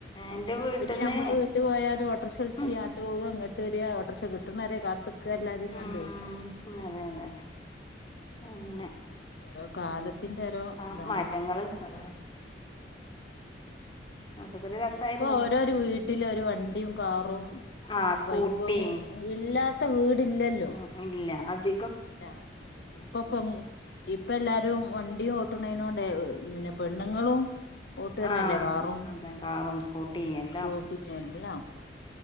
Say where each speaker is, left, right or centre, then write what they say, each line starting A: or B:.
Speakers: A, on the left; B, on the left.
A: എന്റെ വീട്ടിന്ന്
B: ഇനി നഞമ്മള് ഇട്ട് പോയാലും ഓട്ടറിക്ഷ വിളിച്ച
A: ഉം
B: അങ്ങോട്ട്‌ പോവുക ഇങ്ങോട്ട് വരിക ഓട്ടോറിക്ഷ കിട്ടണരെേ കാത്തക്ക എല്ലാരും
A: ഉം
B: കണ്ട്
A: അതെ അതെ
B: ഉം
A: അങ്ങനെ
B: ഓരോ കാലത്തിന്റെ ഓരോ
A: ആ
B: ഇതാണ്
A: മാറ്റങ്ങൾ അതെ അതൊക്കെ ഒരു രസായിരുന്നു
B: ഇപ്പൊ ഓരോരു വീട്ടില് ഒരു വണ്ടിയും കാറും
A: ആ സ്കൂട്ടിം
B: ബൈക്കൊന്നും ഇല്ലാത്ത
A: ഉം
B: വീടില്ലല്ലോ
A: ഉം ഇല്ല അത്
B: ഇല്ല ഇപ്പൊ പൊ ഇപ്പ എല്ലാരും വണ്ടിയ ഓട്ടണേന കൊണ്ട്ന്നെ പെണ്ണുങ്ങളും ഓട്ട് തന്നെ
A: ആഹ്
B: അല്ലേ കാറും
A: അതെ കാറും സ്കൂട്ടിയും എല്ലാം
B: സ്കൂട്ടി എല്ലാം